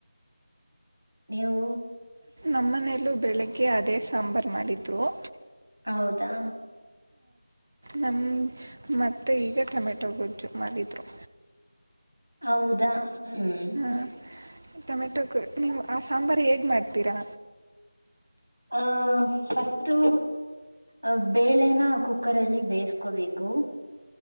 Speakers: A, on the right; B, on the right.
A: ನೀವು
B: ನಮ್ಮನೆಯಲ್ಲ ಬೆಳಗ್ಗೆ ಅದೇ ಸಾಂಬಾರು ಮಾಡಿದ್ದವು
A: ಹೌದಾ
B: ನಮ್ಮ ಮೆತೆ ಈಗ ಟೊಮೆಟೊ ಗೊಜ್ಜು ಮಾಡಿದರು
A: ಹೌದಾ ಹ್ಮ್
B: ಹಾ ಟೊಮೆಟೊ ನೀವು ಆ ಸಾಂಬಾರು ಹೇಗ್ ಮಾಡ್ತೀರಾ
A: ಆ ಫಸ್ಟು ಅ ಬೇಳೆನ ಕುಕ್ಕರ್ ಅಲ್ಲಿ ಬೇಯಿಸಕೋಬೇಕು